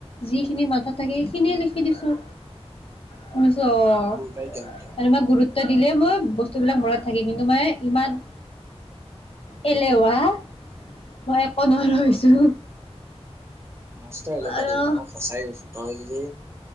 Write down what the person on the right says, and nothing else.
উম,
সৰুৰ পৰাই জ্ঞান তই
নষ্ট হলি ভাইটী
মই সঁচাই কৈছোঁ তই যদি